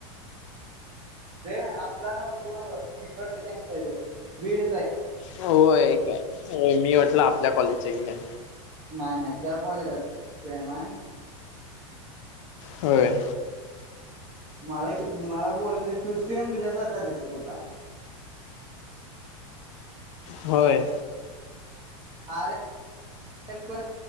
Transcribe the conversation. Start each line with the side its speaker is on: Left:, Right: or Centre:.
Right: रे नाय आपला नव तू नव तिकटत त्यांच्या हे बीड
Left: होय काय मी वाटलं आपल्या कॉलेजच्या आहे की काय.
Right: नाय नाय त्या क्वालिटा प्रेम आहे.
Left: होय.
Right: मगाशी मला बोलत होती ती तू सेम तुझ्यासारखा दिसला होता.
Left: होय.
Right: अरेे पण